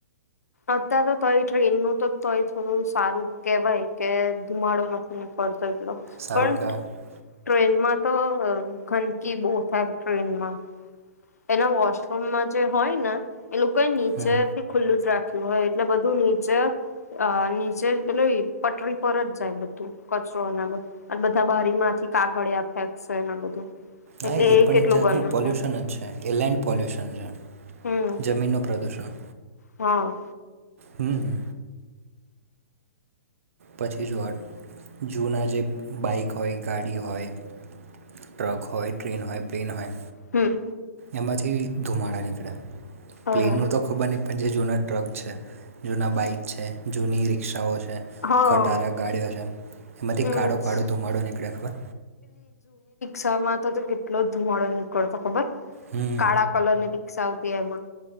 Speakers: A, on the left; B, on the right.
A: અત્યારે તોય ટ્રેન નું તોય થોડું સારું કેવાય કે ધુમાડો નથી પડતો. એટલો
B: સારું
A: પણ
B: કહેવાય
A: ટ્રેનમાં તો ગંદકી બહુ થાય ટ્રેનમાં. એના વોશરૂમમાં જે હોય ને. એ લોકો એ નીચે
B: હમ
A: થી ખુલ્લું જ રાખે. હોય એટલે બધું નીચે, નીચે પેલ પટરી પર જ જાય બધું કચરો એના બધા બારી માંથી કાગળિયા ફેંકશે એ બધું.
B: હા
A: એટલે
B: એ પણ
A: કેટલું
B: એક જાતનું
A: ગંદુ
B: પોલ્યુશન
A: થાય
B: જ છ એ લેન્ડ પોલ્યુશન છે.
A: હમ
B: જમીનનું પ્રદૂષણ.
A: હા.
B: હમ્મ. પછી જોવો જૂના જે બાઈક હોય ગાડી હોય ટ્રક હોય ટ્રેન હોય, પ્લેન હોય
A: હમ્મ.
B: એમાંથી ધુમાડા નીકળે.
A: બરાબર
B: પ્લેન માં તો ખબર નહીં પણ જેે જૂના ટ્રક છે જુના બાઈક છે જૂની રિક્ષાઓ છે,
A: હા
B: ખટારા ગાડીઓ છે, એમાંથી
A: એજ
B: કાળો-કાળો ધુમાડો નીકળે. ખબર?
A: સા માં તો કેટલો ધુમાડો નીકળતો ખબર.
B: હમ
A: કાળા કલર ની ટ સાઉથી એમાં